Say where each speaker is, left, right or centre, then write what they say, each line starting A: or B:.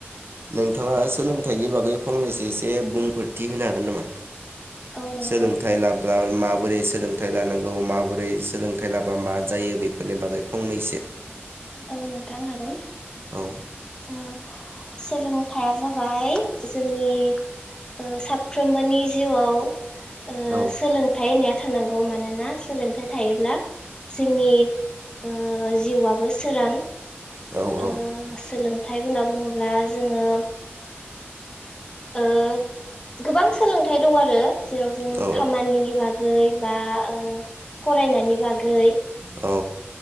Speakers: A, on the right; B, on the left.
A: नोंथाङा सोलोंथाइनि बागै फंनैसो एसे बुंफोरथि होनो हागोन नामा?
B: औ नोंथां
A: सोलोंथाइ लाब्ला माब माबोरै सोलोंथाइ लानांगौ माबोरै सोलोंथाइ लाबा मा जायो बेफोरनि बागै फंनैसो।
B: औ नोंथां हागोन।
A: औ
B: अ। सोलोंथाया जाबाय जोंनि ओ-साफ्रोमबोनि जिउआव ओ-सोलोंथाइ
A: औ
B: होननाया थानांगौ मानोना सोलोंथाइ। थायोब्ला। जोंनि ओ-जिउआ सोरां।
A: औ औ
B: ओ-सोलोंथाइ
A: औ
B: होनना बुङोब्ला जोंङो ओ-गोबां सोलोंथाइ दं आरो। जेराव जों
A: औ
B: खामानिनि बाग गै बा ओ-फरायनायनि बागै
A: औ।